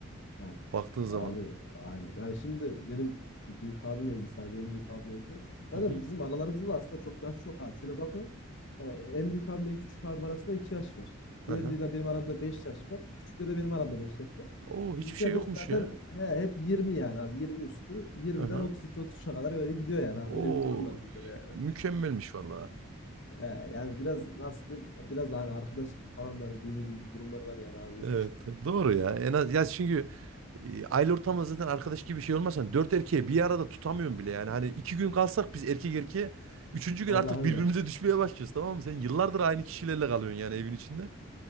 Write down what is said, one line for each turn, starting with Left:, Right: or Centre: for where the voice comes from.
Left: Ha.
Right: Baktığın zaman.
Left: Abi aynen. Yani şimdi benim bir büyük abim evli sadece en büyük abim evli.
Right: Hı
Left: Zaten
Right: hı.
Left: bizim aralarımızda da aslında çok yaş yok abi. Şöyle bakıyorum. Yani en büyük abimle en küçük abim arasında 2 yaş var.
Right: Hı
Left: Diğerleriyle
Right: hı.
Left: benim aramda 5 yaş var. Küçükle de benim aramda 5 yaş var.
Right: Oo hiçbir
Left: Bizimkiler
Right: şey yokmuş
Left: de zaten
Right: ya.
Left: he, hep yirmi yani abi 20 üstü. yirmiden
Right: Hı hı.
Left: otuz iki otuz 33e kadar öyle gidiyor yani abi.
Right: Oo
Left: Öyle bir durum var bizde de yani.
Right: mükemmelmiş vallahi.
Left: Ee, yani biraz nasıl diyeyim biraz da hani arkadaş gibi falan da hani büyüme gibi bir durumlar var yani abi bizde.
Right: Evet doğru ya. En az ya çünkü e, aile ortamında zaten arkadaş gibi bir şey olmasa dört erkeği bir arada tutamıyorum bile yani. Hani iki gün kalsak biz erkek erkeğe üçüncü gün
Left: <laughs> Vallahi
Right: artık
Left: öyle.
Right: birbirimize düşmeye başlıyoruz tamam mı? Sen yıllardır aynı kişilerle kalıyorsun yani evin içinde.